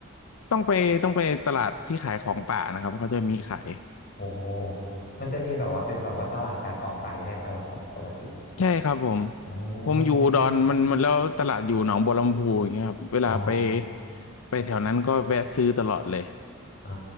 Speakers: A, on the left (about 75°); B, on the left (about 45°).
A: ต้องไปต้องไปตลาดที่ขายของป่านะครับเขาจะมีขาย
B: โอ้โหมันจะมีแบบว่าเป็นแบบว่าตลาดขายของป่าแยกเลยเหรอครับปกติ
A: ใช่ครับผม
B: โอ้
A: ผมอยู่อุดอนมันมันแล้วตลาดอยู่หนองบัวลำพูอย่างเงี้ยครับเวลาไป
B: ยอ๋อ
A: ไปแถวนั้นก็แวะซื้อตลอดเลย
B: อ่า